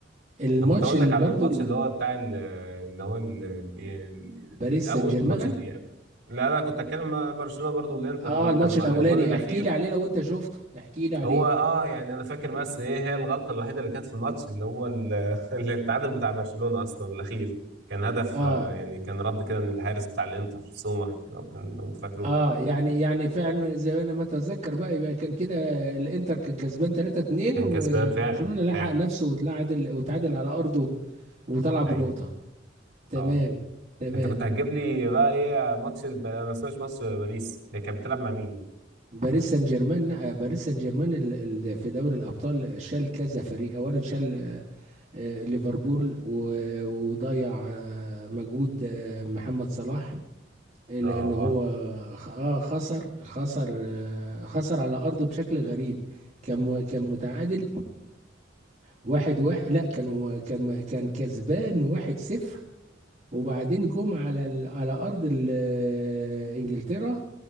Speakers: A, on the right; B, on the right.
A: الماتش
B: انا كنت اقول
A: اللي
B: لك على
A: برضو
B: الماتش
A: ال-
B: اللي هو بتاع ال... اللي هو ال... ال... ال-
A: باريس
B: الاول
A: سان جيرمان
B: ماتش الاياب لا لا كنت اتكلم مع برشلونه برضو والانتر
A: اه
B: اللي هو
A: الماتش
B: كان
A: الاولاني
B: الجون الاخير
A: احكي لي عليه لو انت شفته احكي لي عليه
B: هو اه يعني انا فاكر بس ايه هي الغلطه الوحيده اللي كانت في الماتش اللي هو ال- <laughs> اللي التعادل بتاع برشلونه اصلا الاخير كان هدف
A: اه
B: آه، يعني كان رد كده من الحارس بتاع الانتر سومر لو كان لو انت فاكره
A: اه يعني يعني فعلا زي ما انا ما اتذكر بقى يبقى كان كده الانتر كان كسبان 3-2
B: كان
A: وبرشلونة
B: كسبان فعلا
A: لحق
B: فعلا
A: نفسه وتعادل وتعادل على ارضه وطلع بنقطة
B: ايوه
A: تمام
B: اه
A: تمام
B: انت كنت هتجيب لي بقى ايه ماتش الب... انا ما سمعتش ماتش باريس هي كانت بتلعب مع مين
A: باريس سان جيرمان لا باريس سان جيرمان ال- ال- في دوري الابطال شال كذا فريق اولا شال آه، آه، ليفربول و- وضيع آه، مجهود آه، محمد صلاح آه، لان
B: اه
A: هو
B: اه
A: خ- اه خسر خسر آه، خسر على ارضه بشكل غريب كان م- كان متعادل واحد واحد لا كان كان كان كسبان واحد صفر وبعدين جم على ال- على ارض ال- آه، انجلترا